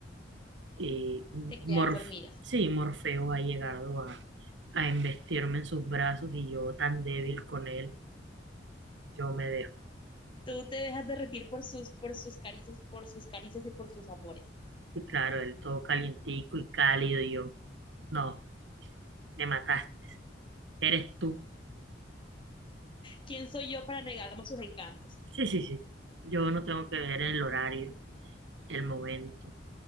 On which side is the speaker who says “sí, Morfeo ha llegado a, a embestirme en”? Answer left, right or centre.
Right